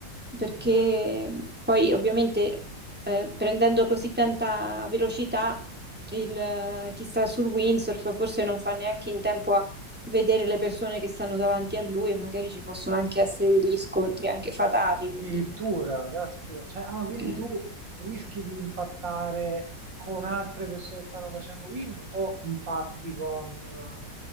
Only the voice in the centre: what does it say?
perché
poi ovviamente eh, prendendo così tanta velocità, il, eh, chi sta sul windsurf forse non fa neanche in tempo a vedere le persone che stanno davanti a lui e magari ci possono anche essere degli scontri anche fatali,
quindi...
Ok.